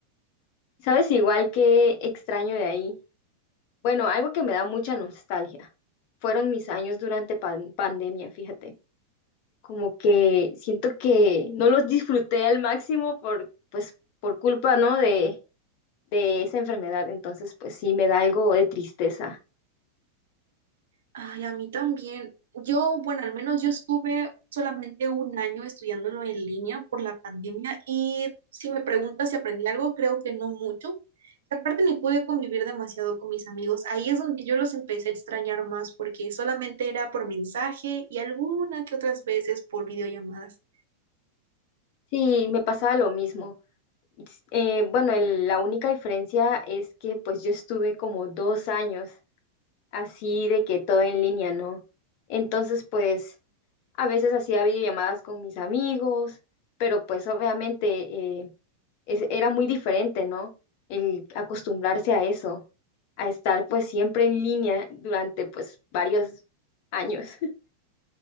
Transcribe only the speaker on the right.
Ay, a mí también. Yo, bueno, al menos yo estuve solamente un año estudiándolo en línea por la pandemia y si me preguntas si aprendí algo, creo que no mucho. Y Aparte, ni pude convivir demasiado con mis amigos. Ahí es donde yo los empecé a extrañar más porque solamente era por mensaje y alguna que otras veces por videollamadas.